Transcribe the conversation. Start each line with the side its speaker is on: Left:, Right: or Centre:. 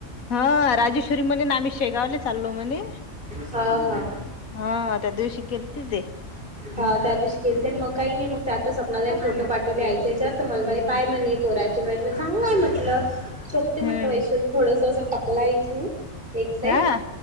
Left: हा राजेश्वरी म्हणे ना आम्ही शेगावले चालो म्हणे.
Right: हा हा
Left: हा त्या दिवशी गेलते ते.
Right: ह् ह त्या दिवशी गेलेते मग काही नाही मग त्या आता सपनाताई फोटो पाठवले आईच्या हेच्यात मला मणे पाय म्हणे. पोराचे म्हटलं चांगलंय म्हटलं सोबते
Left: हम्म
Right: म्हटलं वैशल थोडस अस टकलाय इथून. एक साईड
Left: हा